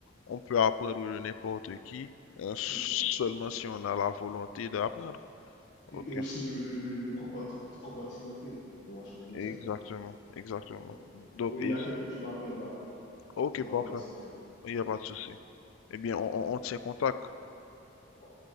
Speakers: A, on the left (about 75°); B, on the left (about 55°).
A: on peut apprendre de n'importe qui, hein, seulement
B: exact.
A: si on a la volonté d'apprendre.
B: Et,
A: Ok.
B: et aussi de, de, de, de comparti- compartimenter. Tu vois ce que je veux
A: Exactement,
B: dire?
A: exactement.
B: Donc,
A: Donc,
B: oui,
A: et-
B: il y a quelqu'un qui m'appelle là.
A: ok,
B: Je me
A: parfait.
B: rappelle, tiens.
A: Il n'y a pas
B: Ok.
A: de souci. Eh bien, on, on on tient contact.
B: Bon,